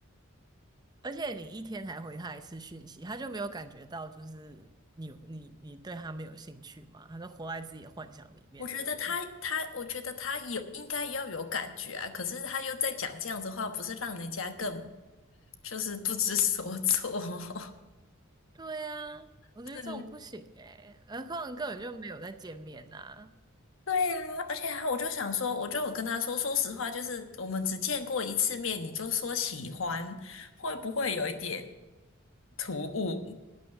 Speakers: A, on the right (about 20°); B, on the left (about 70°).
A: 而且你一天才回他一次讯息，他就没有感觉到就是你你你对他没有兴趣嘛？他就活在自己的幻想里面，
B: 我觉得他他，
A: 对不对？
B: 我觉得他有应该要有感觉啊，可是他又在讲这样子话，不是让人家更就是不知所措？<laughs>
A: 对呀，我觉得这种不行诶，
B: 对，
A: 何况根本就没有在见面呐、
B: 对啊，而且啊，我就想说，我就有跟他说，说实话，就是我们只见过一次面，你就说喜欢，会不会有一点突兀？